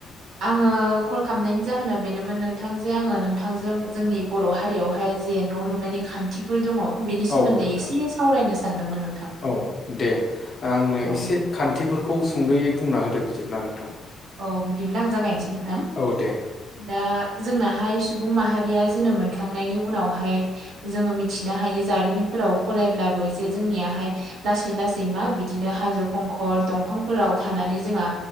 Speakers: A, on the right (about 80°); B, on the left (about 40°).
A: आङो कल खालामनायनि जाहोना बेनोमोन नोंथां जे आङो नोंथांजों जोंनि बर हारियावहाय जे न लुनायनि खान्थि फोर दङ बिनि सोमोन्दै
B: औ नोंथां
A: एसे सावरायनो सानदोंमोन नोंथां
B: औ दे आंनो
A: औ।
B: एसे खान्थिफोरखौ सुंदोयै बुंना होदो बिदिब्ला नोंथां।
A: औ बिदिब्ला आं जागायनोसै नोंथां
B: औ दे
A: दा जोंनाहाय सुबुं माहारिया जोनोम मोनखांनायनि उनावहाय जोङो मिथिनो हायो जारिमिनफोराव फरायब्लाबो जे जोंनियाहाय लासै लासै मा बिदिनो हाजो खंखर दंफांफोराव थानानै जोंहा